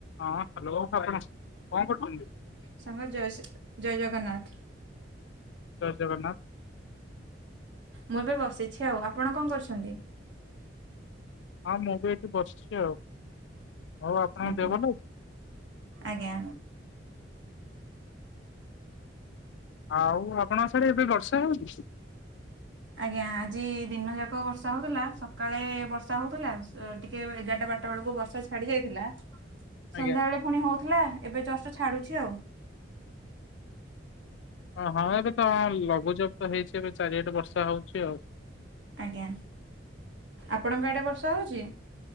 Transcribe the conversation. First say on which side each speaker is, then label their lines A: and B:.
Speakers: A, on the left; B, on the right.
A: ହଁ ହ୍ୟାଲୋ ଆପଣ କଣ କରୁଛନ୍ତି?
B: ସାଙ୍ଗ ଜୟ ଜୟ ଜଗନ୍ନାଥ
A: ଜୟ ଜଗନ୍ନାଥ
B: ମୁଁ ଏବେ ବସିଛି ଆଉ ଆପଣ କଣ କରୁଛନ୍ତି
A: ହଁ ମୁଁ ବି ଏଇଠି ବସିଛି ଆଉ ହଉ ଆପଣ
B: ଆଜ୍ଞା
A: ଦେବନ
B: ଆଜ୍ଞା।
A: ଆଉ ଆପଣଙ୍କ ସାର ଏବେ ବର୍ଷା ହଉନି
B: ଆଜ୍ଞା ଆଜି ଦିନ ଯାକ ବର୍ଷା ହଉଥିଲା ସକାଳେ ବର୍ଷା ହଉଥିଲା ଟିକେ ଚାରଟା ବଟା ବେଳକୁ ବର୍ଷା ଛାଡି ଯାଇଥିଲା
A: ଆଜ୍ଞା।
B: ସନ୍ଧ୍ୟା ବେଳେ ପୁଣି ହଉଥିଲା ଏବେ ଚଷ୍ଟଟା ଛାଡୁଛି ଆଉ
A: ଓ ହଁ ଏବେ ତ ଲଘୁଚାପ ତ ହେଇଛି ଏବେ ଚାରିଆଠେ ବର୍ଷା ହଉଛି ଆଉ
B: ଆଜ୍ଞା ଆପଣଙ୍କ ଆଡେ ବର୍ଷା ହଉଛି